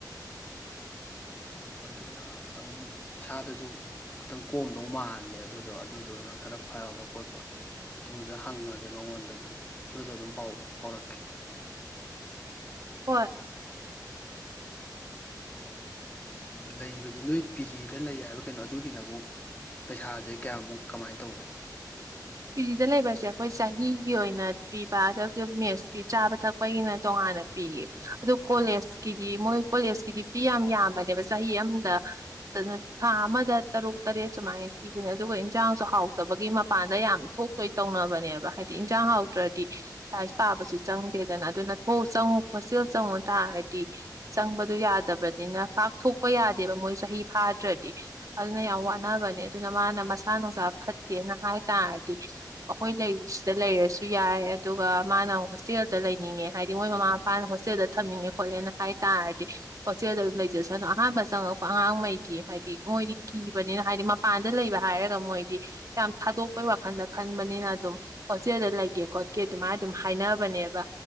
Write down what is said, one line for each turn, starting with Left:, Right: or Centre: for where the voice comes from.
Left: ꯑꯣ ꯑꯗꯨꯅ ꯈꯤꯇꯪ ꯏꯁꯥꯗꯁꯨ ꯈꯤꯇꯪ ꯀꯣꯝꯗꯧ ꯃꯥꯜꯂꯦ ꯑꯗꯨꯗꯣ ꯑꯗꯨꯗꯨꯅ ꯈꯔ ꯐꯕ ꯈꯣꯠꯄ ꯑꯗꯨꯗ ꯍꯪꯉꯒꯦ ꯃꯉꯣꯟꯗꯁꯨ ꯅꯣꯏꯁꯨ ꯑꯗꯨꯝ ꯄꯥꯎ ꯐꯥꯎꯔꯛꯀꯦ
Right: ꯍꯣꯏ
Left: ꯑꯗꯨꯒ ꯂꯩꯕꯁꯦ ꯅꯣꯏ ꯄꯤ ꯖꯤꯗ ꯂꯩ ꯍꯥꯏꯕ ꯀꯩꯅꯣ ꯑꯗꯨꯒꯤꯅ ꯑꯃꯨꯛ ꯄꯩꯁꯥꯁꯦ ꯀꯌꯥꯃꯨꯛ ꯀꯃꯥꯏꯅ ꯇꯧꯒꯦ
Right: ꯄꯤꯖꯤꯗ ꯂꯩꯕꯁꯦ ꯑꯩꯈꯣꯏ ꯆꯍꯤꯒꯤ ꯑꯣꯏꯅ ꯄꯤꯕ ꯑꯗꯨꯒ ꯃꯦꯠꯁꯀꯤ ꯆꯥꯕ ꯊꯛꯄꯒꯤꯅ ꯇꯣꯉꯥꯟꯅ ꯄꯤꯌꯦ ꯑꯗꯨ ꯀꯣꯂꯦꯖꯀꯤꯗꯤ ꯃꯣꯏ ꯀꯣꯂꯦꯖꯀꯤꯗꯤ ꯐꯤ ꯌꯥꯝ ꯌꯥꯝꯕꯅꯦꯕ ꯆꯍꯤ ꯑꯃꯗ ꯑꯗꯨꯅ ꯊꯥ ꯑꯃꯗ ꯇꯔꯨꯛ ꯇꯔꯦꯠ ꯁꯨꯃꯥꯏꯅ ꯊꯤꯕꯅꯦ ꯑꯗꯨꯒ ꯏꯟꯖꯥꯡꯁꯨ ꯍꯥꯎꯇꯕꯒꯤ ꯃꯄꯥꯟꯗ ꯌꯥꯝ ꯊꯣꯛꯇꯣꯏ ꯇꯧꯅꯕꯅꯦꯕ ꯍꯥꯏꯗꯤ ꯏꯟꯖꯥꯡ ꯍꯥꯎꯗ꯭ꯔꯗꯤ ꯂꯥꯏꯁ ꯄꯥꯕꯁꯨ ꯆꯪꯗꯦꯗꯅ ꯑꯗꯨꯅꯎ ꯆꯪꯉꯨ ꯈꯣꯆꯦꯜ ꯆꯪꯉꯨ ꯇꯥꯔꯗꯤ ꯆꯪꯕꯗ ꯌꯥꯗꯕꯅꯤꯅ ꯄꯥꯛ ꯊꯣꯛꯄ ꯌꯥꯗꯦꯕ ꯃꯣꯏ ꯆꯍꯤ ꯐꯥꯗ꯭ꯔꯗꯤ ꯑꯗꯨꯅ ꯌꯥꯝ ꯋꯥꯅꯕꯅꯦ ꯑꯗꯨꯅ ꯃꯥꯅ ꯃꯁꯥ ꯅꯨꯡꯁꯥ ꯐꯠꯇꯦꯅ ꯍꯥꯏ ꯇꯥꯔꯥꯗꯤ ꯍꯥꯏꯗꯤ ꯑꯩꯈꯣꯏ ꯂꯩꯔꯤꯁꯤꯗ ꯂꯩꯔꯁꯨ ꯌꯥꯏ ꯑꯗꯨꯒ ꯃꯥꯅ ꯍꯣꯁꯇꯦꯜꯗ ꯂꯩꯅꯤꯡꯉꯦ ꯍꯥꯏꯗꯤ ꯃꯣꯏ ꯃꯃꯥ ꯃꯄꯥꯅ ꯍꯣꯁꯇꯦꯜꯗ ꯊꯝꯅꯤꯡꯉꯦ ꯈꯣꯠꯂꯦꯅ ꯍꯥꯏꯇꯥꯥꯔꯗꯤ ꯍꯣꯁꯇꯦꯜꯗ ꯑꯗꯨꯝ ꯂꯩꯖꯁꯅꯨ ꯑꯍꯥꯟꯕ ꯆꯪꯉꯛꯄ ꯑꯉꯥꯡꯉꯩꯗꯤ ꯍꯥꯏꯗꯤ ꯃꯣꯏꯗꯤ ꯀꯤꯕꯅꯤꯅ ꯍꯥꯏꯗꯤ ꯃꯄꯥꯟꯗ ꯂꯩꯕ ꯍꯥꯏꯔꯒ ꯃꯣꯏꯗꯤ ꯌꯥꯝ ꯊꯥꯗꯣꯛꯄꯩ ꯋꯥ ꯈꯟꯗ ꯈꯟꯕꯅꯤꯅ ꯑꯗꯨꯝ ꯍꯣꯁꯇꯦꯜꯗ ꯂꯩꯒꯦ ꯈꯣꯠꯀꯦ ꯑꯗꯨꯃꯥꯏꯅ ꯑꯗꯨꯝ ꯍꯥꯏꯅꯕꯅꯦꯕ